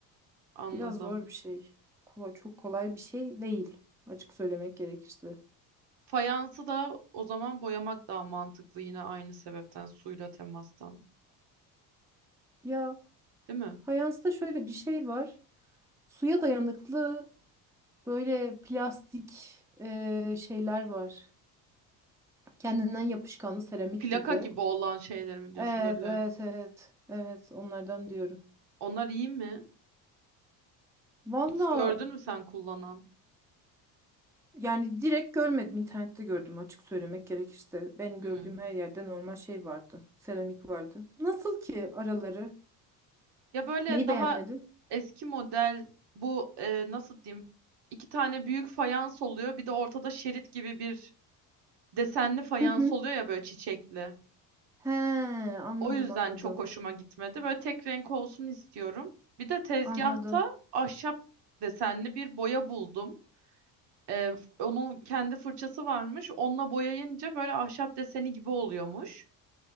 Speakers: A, on the right; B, in the centre.
A: anladım.
B: Biraz zor bir şey. Kolay, çok kolay bir şey değil açık söylemek gerekirse.
A: Fayansı da o zaman boyamak daha mantıklı yine aynı sebepten suyla temastan
B: Ya
A: değil mi?
B: fayansta şöyle bir şey var. Suya dayanıklı böyle plastik e, şeyler var. Kendinden yapışkanlı seramik
A: Plaka
B: gibi.
A: gibi olan şeyler mi diyorsun
B: Evet,
A: böyle
B: evet, evet. Evet, onlardan diyorum.
A: onlar iyi mi?
B: Valla
A: Hiç gördün mü sen kullanan?
B: yani direkt görmedim. internette gördüm açık söylemek gerekirse. Benim gördüğüm
A: Hmm.
B: her yerde normal şey vardı. Seramik vardı. Nasıl ki araları?
A: Ya böyle
B: Neyi
A: daha
B: beğenmedin?
A: eski model bu e, nasıl diyeyim? İki tane büyük fayans oluyor. Bir de ortada şerit gibi bir desenli fayans
B: Hı hı.
A: oluyor ya böyle çiçekli.
B: He, anladım,
A: O yüzden
B: anladım.
A: çok hoşuma gitmedi. Böyle tek renk olsun istiyorum. Bir de tezgahta
B: Anladım.
A: ahşap desenli bir boya buldum. E, onun kendi fırçası varmış. Onunla boyayınca böyle ahşap deseni gibi oluyormuş.